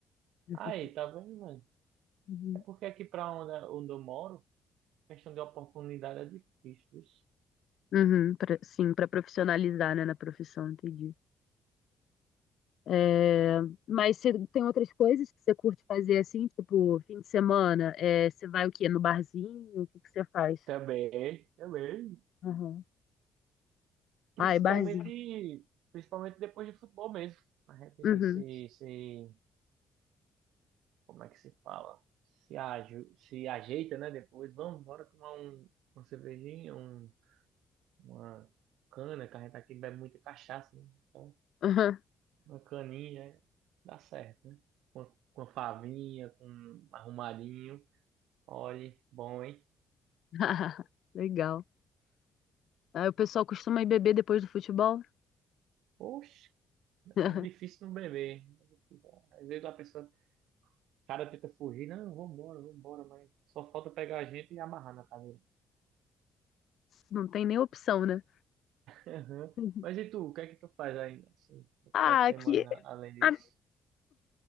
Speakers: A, on the left; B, on the right.
A: de
B: Aí,
A: futebol.
B: tá vendo, mano?
A: Uhum.
B: É porque aqui pra onde, onde eu moro, questão de oportunidade é difícil, vixe.
A: Uhum, pra- sim, para profissionalizar, né, na profissão, entendi. É, mas você tem outras coisas que você curte fazer assim, tipo, fim de semana? É, você vai o quê? No barzinho? O que que você faz?
B: Também, também.
A: Uhum.
B: Principalmente,
A: Ai, barzinho.
B: principalmente depois de futebol mesmo. A gente
A: Uhum.
B: se, se, como é que se fala? Se, aju, se ajeita, né? Depois, vamos, bora tomar um, uma cervejinha, um uma cana, que a gente aqui bebe muita cachaça, né? Então,
A: Uhum.
B: uma caninha dá certo, né? Com com a favinha, com um arrumadinho. Olhe, bom, hein?
A: <laughs> Legal. Aí o pessoal costuma ir beber depois do futebol?
B: Poxa,
A: <laughs>
B: é difícil não beber. É difícil. Às vezes a pessoa, o cara tenta fugir, não, vambora, vambora, mas só falta pegar a gente e amarrar na cadeira.
A: Não tem nem opção, né?
B: Aham.
A: Uhum.
B: Mas e tu, o que é que tu faz ainda, assim, no
A: Ah,
B: final de semana,
A: aqui,
B: além disso?
A: a,